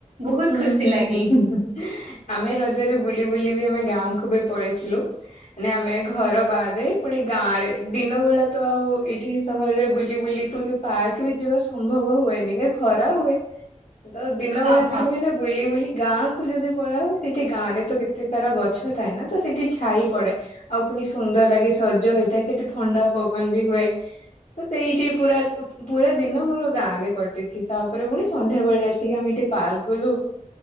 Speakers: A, on the right (about 65°); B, on the left (about 80°).
A: ବହୁତ
B: ହୁଁ
A: ଖୁସି
B: ହୁଁ
A: ଲାଗେ
B: ହୁଁ ହୁଁ ଆମେ ରଜରେ ବୁଲି ବୁଲି ବି ଆମେ ଗାଁକୁ ବି ପଳେଇଥିଲୁ। ମାନେ ଆମେ ଘର ବାହାଦେ ପୁଣି ଗାଁ ରେ ଦିନ ବେଳା ତ ଆଉ ଏଇଠି ସହରରେ ବୁଲି ବୁଲି ପୁଣି ପାର୍କ ବି ଯିବା ସମ୍ଭବ ହୁଏନି କି ଖରା ହୁଏ ତ ଦିନ
A: ହଁ
B: ବେଳା
A: ହଁ
B: ସେ ବୁଲି ବୁଲି ଗାଁ କୁ ଯଦି ପଳା ହ ସେଇଠି ଗାଁରେ ତ କେତେ ସାରା ଗଛ ଥାଏ ନା ତ ସେଠି ଛାଇ ପଡେ ଆଉ ପୁଣି ସୁନ୍ଦର ଲାଗେ ସଜ ହେଇଥାଏ ସେଠି ଥ। ଣ୍ଡା ପବନ ବି ହୁଏ ତ ସେଇଠି ପୁରା ପୁରା ଦିନ ମୋର ଗାଁରେ କଟିଛି ତାପରେ ପୁଣି ସନ୍ଧ୍ୟାବେଳେଆ ଆସି ଆସିକି ଆମେ ଏଠି ପାର୍କ ଗଲୁ